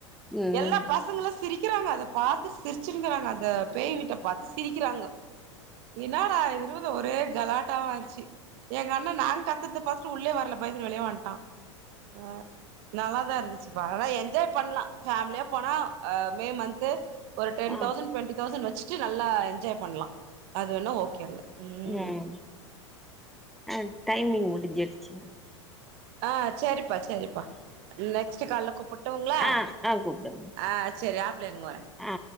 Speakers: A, in the centre; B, on the right.
A: ம்
B: எல்லா பசங்குளு சிரிக்கிறாங்க அத பார்த்து சிரிச்சுருங்கிறாங்க அந்த பேய் வீட்ட பார்த்து சிரிக்கிறாங்க என்னாடா இது ஒரே கலாட்டா வாச்சு எங்க அண்ணா நாங்க கத்றத பாத்துட் உள்ளே வர்ல பய்ந்துட் வெளிய வன் டா ஆ நல்லாதா இருந்துச்சு பா நல்ல என்ஜாய் பண்லா ஃபேமிலியா போனா அ மே மன்த்து ஒரு டென்
A: ஆ
B: தௌசண்ட் டு்வெண்ட்டி தௌசண்ட் வச்சுட்டு நல்லா என்ஜாய் பண்லா அது வேணா ஓகே அங்க ம்
A: ம்ஹ் ஆ டைமிங் முடிஞ்சுருச்சு
B: ஆ சேரிப்பா சேரிப்பா நெக்ஸ்ட்டு கால்ல கூப்ட்டுங்ளா
A: ஆ ஆ கூப்டுங்க
B: ஆ சேரி ஆஃப்லே இருங்க வர
A: ஆ